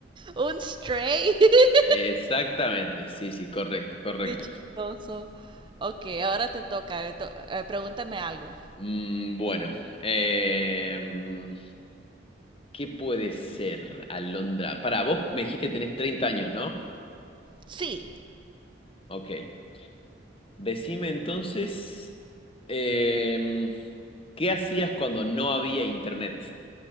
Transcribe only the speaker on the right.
un stray. <laughs>
Qué chistoso. Ok, ahora te toca. eh, to- eh, pregúntame algo.
Sí.